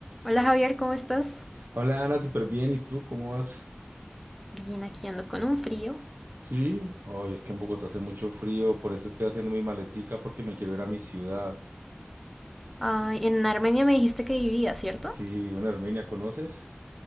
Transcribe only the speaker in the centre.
Hola Javier, ¿cómo estás?
Bien, aquí ando con un frío.
Ay, en Armenia me dijiste que vivía, ¿cierto?